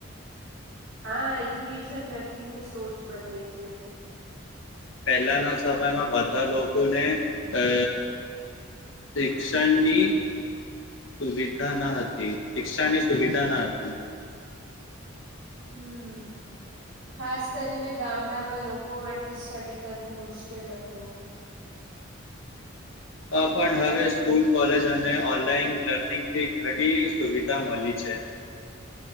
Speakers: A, on the right; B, on the left.
A: હા, એજ્યુકેશન વ્યક્તિની સોચ બદલે છે.
B: પહેલાના સમયમાં બધા લોકોને અ શિક્ષણની. સુવિધા ના હતી, શિક્ષાની સુવિધા ના હતી.
A: હમ. ખાસ કરીને ગામડામાં લોકો માટે સ્ટડી કરવું મુશ્કેલ હતું.
B: આ પણ હવે સ્કૂલ કોલેજ અને ઓનલાઈન લર્નિંગથી ઘણી સુવિધા મળી છે.